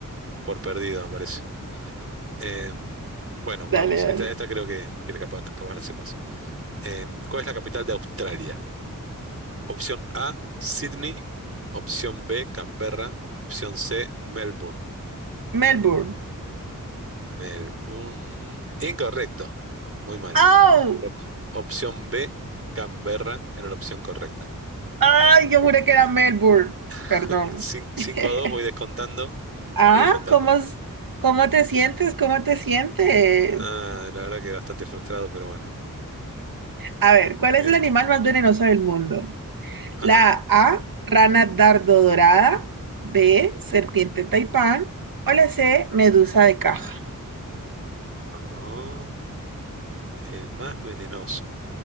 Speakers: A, on the right; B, on the right.
A: por perdido, me parece. Em, bueno, vamos,
B: Dale,
A: esta,
B: dale.
A: esta creo que, que capaz, capaz la sepas. Em, ¿cuál es la capital de Australia? Opción A, Sydney. Opción B, Canberra. Opción C, Melbourne.
B: Melbourne.
A: Melbourne. Incorrecto, muy mal.
B: ¡Oh!
A: Op- Opción B, Canberra, era la opción correcta.
B: ¡Ay! Yo juré que era Melbourne. Perdón.
A: <laughs> 5
B: <laughs>
A: a 2, voy descontando,
B: Ah,
A: voy descontando.
B: ¿cómo, es- cómo te sientes? ¿Cómo te sientes?
A: Ah, la verdad que bastante frustrado, pero bueno.
B: A ver, ¿cuál es
A: Bien.
B: el animal más venenoso del mundo?
A: Ajá.
B: La A, rana dardo dorada, B,
A: Uh,
B: serpiente taipán o la C, medusa de caja.
A: ah, el más venenoso.